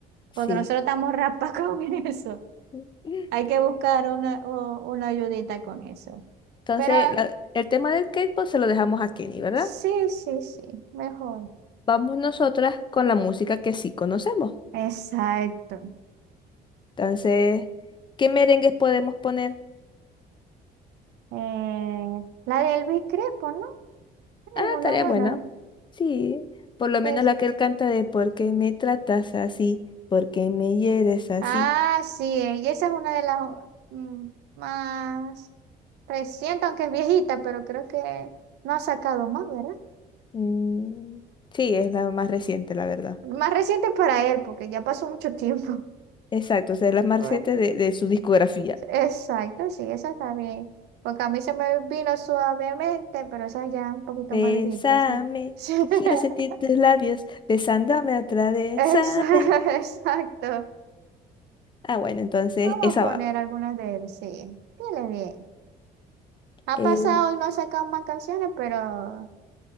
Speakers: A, on the left; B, on the right.
A: Sí.
B: Porque nosotros estamos raspa <laughs> con eso.
A: <laughs>
B: Hay que buscar una, u- una ayudita con eso.
A: Entonces,
B: Pero ah,
A: la- el tema del K-pop se lo dejamos a Kenny, ¿verdad?
B: sí, sí, sí, mejor.
A: Vamos nosotras con la música que sí conocemos.
B: Exacto.
A: Entonces, ¿qué merengues podemos poner?
B: Eh, la de Elvis Crespo, ¿no? Hay
A: Ah,
B: alguna
A: tarea
B: buena.
A: buena. Sí, por lo
B: es-
A: menos la que él canta de ¿Por qué me tratas así? ¿Por qué me hieres así?
B: Ah, sí, eh, y esa es una de las mm, más. Reciente, aunque es viejita, pero creo que no ha sacado más, ¿verdad?
A: Mm, sí, es la más reciente, la verdad.
B: Más reciente para él, porque ya pasó mucho tiempo.
A: Exacto, o sea, es la más
B: <laughs> Pues,
A: reciente de, de su discografía.
B: Exacto, sí, esa está bien. Porque a mí se me vino suavemente, pero esa ya un poquito
A: Bésame,
B: más viejita, sí. Sí. <laughs>
A: que quiero sentir tus labios, besándome otra vez,
B: Esa-
A: ¿sabe?
B: <laughs> Exacto.
A: Ah, bueno, entonces
B: Vamos
A: esa
B: a poner
A: va.
B: algunas de él, sí. Dile bien. Ha
A: Eh,
B: pasado y no ha sacado más canciones, pero